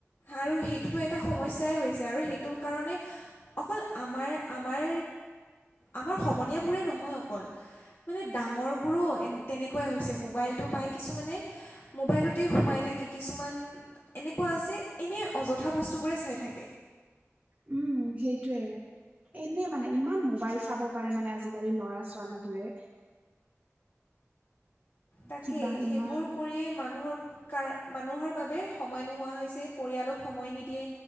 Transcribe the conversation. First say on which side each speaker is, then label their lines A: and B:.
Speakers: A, on the left; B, on the right.
A: আৰু সেইটোতো এটা সমস্যাই হৈছে আৰু সেইটো কাৰণে অকল আমাৰ আমাৰ আমাৰ সমনীয়াবোৰে নহয় অকল, মানে ডাঙৰবোৰো তেনেকুৱাই হৈছে। মোবাইলটো পাই কিছুমানে মোবাইলতেই সোমাই থাকে, কিছুমান এনেকুৱা আছে এনেই অযথা বস্তুবোৰে চাই থাকে।
B: উম, সেইটোয়ে। এনে মানে ইমান মোবাইল চাব পাৰে মানে আজিকালি ল'ৰা ছোৱালীবোৰে।
A: তাকেই,
B: কিবা
A: সেইবোৰ
B: ইমান
A: কৰিয়েই মানুহৰ কাৰ, মানুহৰ বাবে সময় নোহোৱা হৈছে, পৰিয়ালক সময় নিদিয়ে,